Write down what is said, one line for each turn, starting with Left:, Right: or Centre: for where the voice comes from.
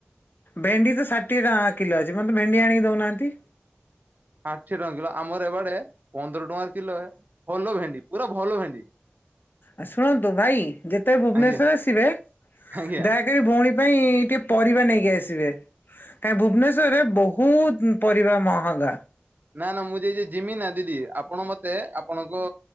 Left: ଭେଣ୍ଡି ତ ଷାଠିଏ ଟଙ୍କା କିଲ ଅଛି। ମତେ ଭେଣ୍ଡି ଆଣିକି ଦଉନାହାନ୍ତି।
Right: ଷାଠିଏ ଟଙ୍କା କିଲୋ ଆମର ଏବେଡେ ପନ୍ଦର ଟଙ୍କାର କିଲୋ ଭଲ ଭେଣ୍ଡି ପୁରା ଭଲ ଭେଣ୍ଡି।
Left: ଆ ଶୁଣନ୍ତୁ ଭାଇ ଯେତେବେ ଭୁବନେଶ୍ଵର
Right: ଆଜ୍ଞା
Left: ଆସିବେ
Right: ଆଜ୍ଞା।
Left: ଦେ ଭଉଣୀ ପାଇଁ ଟିକେ ପରିବା ନେଇକି ଆସିବେ କା ଭୁବନେଶ୍ଵରରେ ବହୁ ବହୁତ ପରିବା ମହଙ୍ଗା।
Right: ନା ନା ମୁଁ ଯ ଜିମି ନା ଦିଦି ଆପଣ ମତେ ଆପଣଙ୍କ